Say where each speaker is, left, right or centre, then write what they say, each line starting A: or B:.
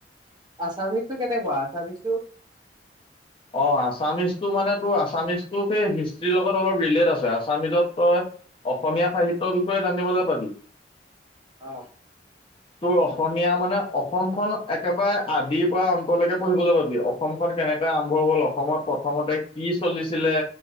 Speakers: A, on the right; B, on the left.
A: আছামিজটো কেনেকুৱা, আচামিজটো?
B: অ আছামিজটো মানে তোৰ আছামিজটো সেই হিষ্ট্ৰীৰ লগত অলপ ৰিলেট আছে আছামিজত তই অসমীয়া সাহিত্যৰ বিষয়ে জানিবলৈ পাবি।
A: অহ
B: তোৰ অসমীয়া মানে অসমখন একেবাৰে আদিৰ পৰা অন্তলৈকে পঢ়িবলৈ পাবি। অসমখনন কেনেকে আৰম্ভ হ'ল অসমত প্ৰথমতে কি চলিছিলে।